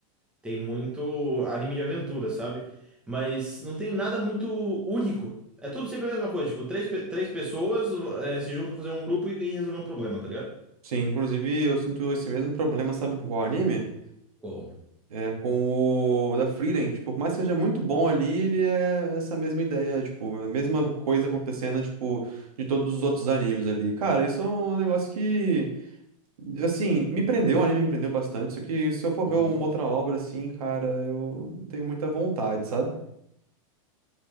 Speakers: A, in the centre; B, on the right.
A: Tem muito anime de aventura, sabe? Mas não tem nada muito único. É tudo sempre a mesma coisa, tipo, três, pe- três pessoas, é, se juntam pra fazer um grupo e, e resolver um problema, tá ligado?
B: Sim, inclusive eu sinto esse mesmo problema, sabe, com qual anime?
A: Qual?
B: É, com o da Frieren, tipo, por mais que seja muito bom ali, ele é essa mesma ideia, tipo, é a mesma coisa acontecendo, tipo, de todos os outros animes ali. Cara, isso é um negócio que, assim, me prendeu, o anime me prendeu bastante, só que se eu for ver
A: Uhum.
B: uma outra obra, assim, cara, eu não tenho muita vontade, sabe?